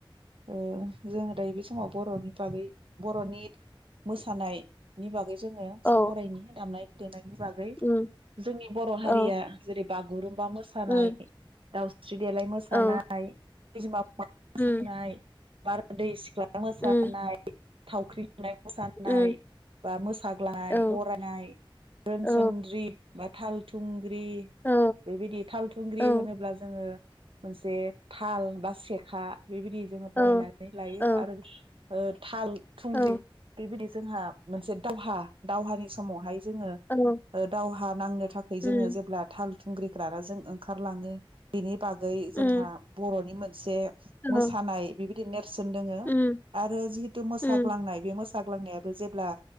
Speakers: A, on the right; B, on the left.
A: ओ जोङो दायो बे समाव बरनि बागै बरनि मोसानायनि बागै जोङो
B: औ
A: सावरायनि दामनाय देनाय नि बागै
B: उम
A: जोंनि बर
B: औ
A: हारिया जेरै बागुरुम बा मोसानाय
B: उम
A: दाउ स्रि देलाय मोसानाय
B: औ
A: <unintelligible>
B: उम
A: <unintelligible> बारदै सिख्ला मोसानाय
B: उम
A: थावख्रि। मोसानाय
B: उम
A: बा मोसाग्लांनाय
B: औ
A: बरायनाय रोनसोनद्रि।
B: औ
A: बा थाल थुं। थुंग्रि
B: औ
A: बेबायदि थाल थुंग्रि
B: औ
A: होनोब्ला जोंङो मोनसे थाल। बा सेखा। बेबायदि जोंङो
B: औ
A: बनायनानै लायो
B: औ
A: आरो ओ थाल थुंग्रि
B: औ
A: बेबायदि जोंहा मोनसे दावहा दावहानि समावहाय। जोंङो
B: औ
A: ओ दावहा नांनो थाखाय
B: उम
A: जोंङो जेब्ला थाल। थुंग्रिखौ लाना जों ओंखारलाङो बेनि बागै जोंहा
B: उम
A: बर'निमोन से मोसानाय
B: औ
A: बिबायदि <inaudible> सोन दोंङो
B: उम
A: आरो जिहुथु मोसाग्लांनाय
B: उम
A: बे मोसा मोसाग्लांनायाबो जेब्ला